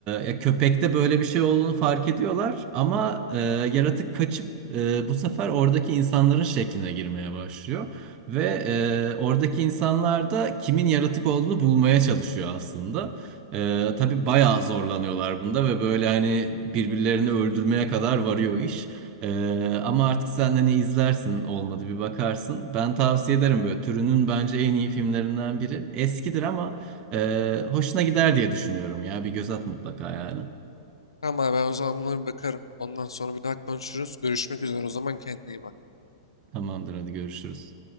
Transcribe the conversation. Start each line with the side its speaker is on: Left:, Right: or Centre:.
Right: ya köpekte böyle bir şey olduğunu fark ediyorlar ama e, yaratık kaçıp e, bu sefer oradaki insanların şekline girmeye başlıyor. Ve e, oradaki insanlar da kimin yaratık olduğunu bulmaya çalışıyor aslında. Ee, tabii bayağı zorlanıyorlar bunda ve böyle hani birbirlerini öldürmeye kadar varıyor iş. Ee, ama artık sen hani izlersin olmadı bir bakarsın. Ben tavsiye ederim böyle türünün bence en iyi filmlerinden biri. Eskidir ama e, hoşuna gider diye düşünüyorum ya bir göz at mutlaka yani.
Left: Tamam abi ben o zaman buna bir bakarım. Ondan sonra bir daha konuşuruz. Görüşmek üzere o zaman kendine iyi bak.
Right: Tamamdır hadi görüşürüz.